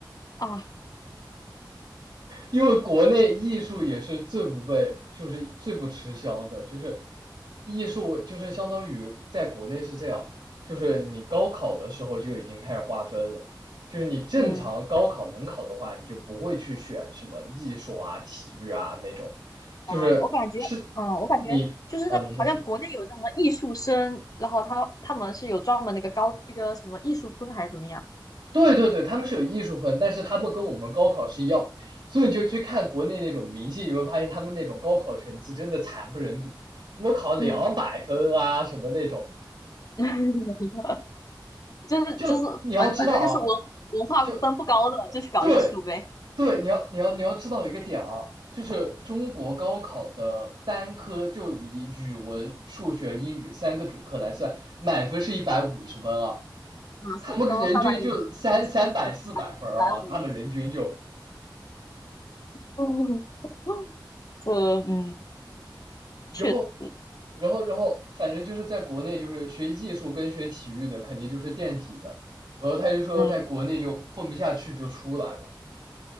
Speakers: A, on the left; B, on the right.
A: 啊，
B: 因为国内艺术也是最不被，就是最不吃香的，就是艺术就是相当于在国内是这样，就是你高考的时候就已经开始划分了，就是你正常高考能考的话，
A: 嗯
B: 你就不会去选什么艺术啊、体育啊那种，就是是
A: 啊，我感觉，嗯，我感觉就是那好像国内有那么艺术生，
B: 你啊，你先说。
A: 然后他他们是有专门那个高一个什么艺术分还是怎么样？
B: 对对对，他们是有艺术分，但是他们跟我们高考是一样，所以你就去看国内那种明星，你会发现他们那种高考成绩真的惨不忍睹，我们考两百分啊什么那种，
A: 嗯，<laughs> 就是就是反反正就是文文化分不高的就去搞艺术呗。
B: 就你要知道啊，就对对，你要你要你要知道一个点啊，就是中国高考的单科就以语文、数学、英语三个主科来算，满分是一百五十分啊，
A: 啊，四都三百五，
B: 他们人均就三三百四百分啊，
A: 呃，四百五了。
B: 他们人均就。
A: 嗯，<laughs> 这嗯，确
B: 然后，然后，然后，反正就是在国内，就是学艺术跟学体育的肯定就是垫底的。然后他就说，
A: 嗯
B: 在国内就混不下去就出来吧，